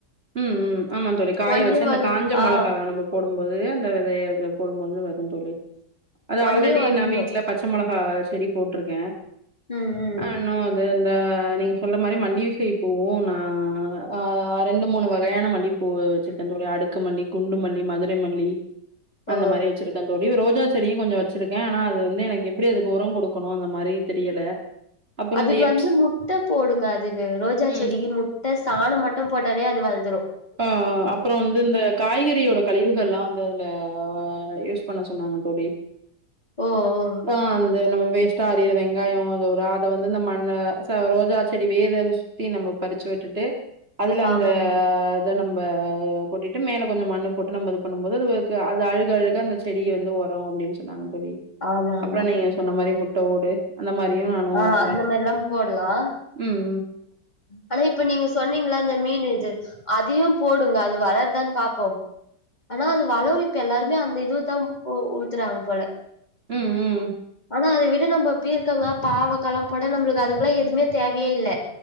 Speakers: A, on the right (about 40°); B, on the left (about 25°).
A: ம் ம் ஆமா தோழி காய
B: ஒன்னே
A: வெச்சு அந்த
B: வந்
A: காஞ்ச
B: ஆ
A: மொளகாவ நம்ம போடம் போது அந்த வெதய அதுல போடும்போது வருந் தோழி அது
B: ஒன்னே
A: ஆல்ரெடி
B: வந்துரு
A: நா வீட்ல பச்ச மொள அ செடி போட்ருக்கே
B: ம் ம்
A: அ இனு அது த நீங்க சொல்ற மாரி மல்லிக செயி பூவு நா அ ரெண்டு மூணு வகையான மல்லி பூ வெச்சுருக்கே தோழி அடுக்கு மல்லி குண்டு மல்லி மதுரை மல்லி
B: ஓ
A: அந்த மாரி வெச்சுருக்கே தோழி ரோஜாச் செடியு கொஞ்சோ வெச்சுருக்கே ஆனா அது வந்து எனக்கு எப்பிடி அதுக்கு உரோ குடுக்கணு அந்த மாரி தெரியல அப்புறம்
B: அதுக்கு
A: இந்த எப்ஸ்
B: வந்து முட்ட போடுங்க அதுக்கு ரோஜா
A: ம்.
B: செடிகி முட்ட சாணம் ம ட்டும் போட்டாலே அது வள்ந்துரு
A: அ அ அப்புறோ வந்து இந்த காய்கறியோட கழிவுகள்லா வந்து அதுல அ யூஸ் பண்ண சொன்னாங்க தோழி
B: ஓ ஓ
A: அ அந்த நம்ம வேஸ் ட்டா அரியிற வெங்காயோ அத ஒரு அ த வந்து இந்த மண்ண ச ரோஜா செடி வேர அதுல சுத்தி நம்ம பறிச்சு விட்டுட்டு அதுல அந்த
B: ஆமாமா
A: த நம்ப கொட்டிட்டு மேல கொஞ்சோ மண்ணு போட்டு நம்ப இது பண்ணம் போது அதுவு க்கு அது அழுக அழுக அந்த செடிய வந்து ஒ ரோ அப்டின் சொன்னாங்க தோழி
B: ஆமா
A: அப்புறோ
B: ஆமா
A: நீங்க சொன்ன மாரி முட்ட ஓடு அந்த மாரியு நானு
B: அ
A: பரா
B: அந்த மாரில்லா போட்லா
A: ம்
B: அதா இப்ப நீங்க சொன்னீங்கள்ல அந்த மீன் இது அதயு போடுங்க அது வளருதான் பாப்போ ஆனா அது வளரு இப்ப எல்லாருமே அந்த இதுத்தா ம்பு ஊத்துறாங்க போல
A: ம் ம்
B: னா அத விட நம்ப பீர்க்கங்கா பாவக்கா எல்லா போடா நம்மளுக்கு அதுக்குலா எதுமே தேவயே இல்ல